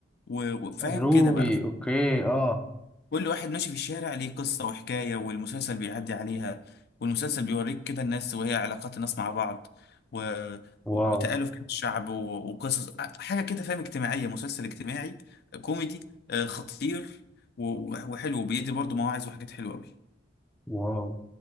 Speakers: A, on the left (about 55°); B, in the centre.
A: و- وفاهم
B: روبي
A: كده بقى
B: اوكي اه
A: كل واحد ماشي في الشارع ليه قصة وحكاية والمسلسل بيعدي عليها والمسلسل بيوريك كده الناس وهي علاقات الناس مع بعض و... و-
B: واو
A: وتآلف كده الشعب و... وقصص حاجة كده فاهم اجتماعية مسلسل اجتماعي كوميدي آه، خطير و... و- وحلو بيدي برضو مواعظ وحاجات حلوة أوي
B: واو